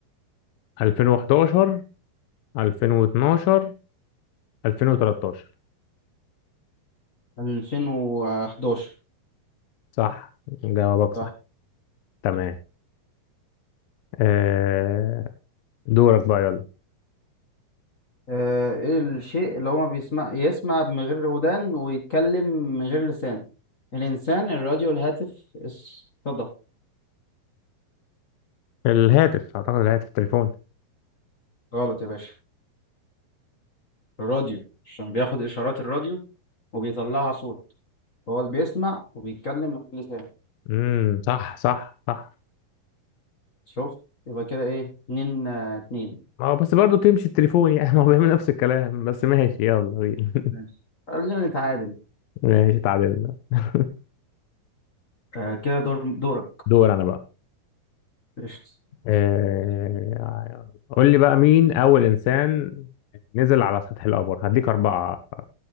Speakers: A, on the left; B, on the left.
A: 2011 2012 2013
B: 2011
A: صح جوابك صح
B: صح
A: تمام آه، دورك بقى يلا
B: آه، ايه الشيء اللي هو ما بيسمع يسمع من غير ودان ويتكلم من غير لسان الإنسان الراديو الهاتف الصدى
A: الهاتف اعتقد الهاتف التليفون
B: غلط يا باشا الراديو عشان بياخد إشارات الراديو وبيطلعها صوت هو بيسمع وبيتكلم من غير لسان
A: امم صح صح صح
B: شفت يبقى كده ايه اتنين آه، اتنين
A: ما هو بس برضه تمشي التليفون يعني <laughs> ما هو بيعمل نفس الكلام بس ماشي يلا بينا
B: ماشي خلينا نتعادل
A: <laughs> ماشي اتعادلنا <laughs>
B: آه كده دور دورك
A: دور انا بقى
B: قشطة
A: آه، قول لي بقى مين اول انسان نزل على سطح القمر هديك اربعة